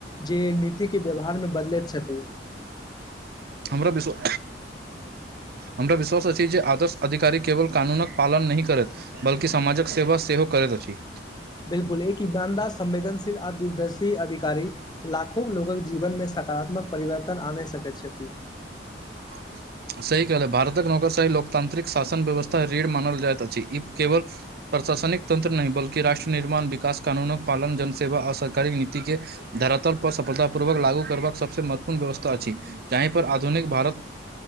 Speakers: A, on the left; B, on the right.
A: जे ई नीति के व्यवहार मे बदलैत छथि
B: हमरा विश्व हमरा विश्वास अछि जे आदर्श अधिकारी केवल कानूनीक पालन नही करथि बल्कि समाजक सेवा सेहो करैत अछि
A: बिल्कुल एक ईमानदा संवेदनशील आ दूरदर्शी अधिकार लाखो लोगक जीवन मे सकारात्मक परिवर्तन आने सकैत छथि
B: <inaudible> सही कहल भारतक नौकरशाही लोककतांत्र्रिक शासन व्यवस्था रऋढ़ मानल जाइत अछि ई केवल प्रशासनिक तन्त्र नहि बल्कि राष्ट्र निर्माण विकास कानूनक पालन जनसेवा आ सरकारी नीति के धरातल पर सफलतापूर्वक लागू करबाक सबसँ महत्वपूर्ण व्यवस्था अछि जाहि पर आधुनिक भारत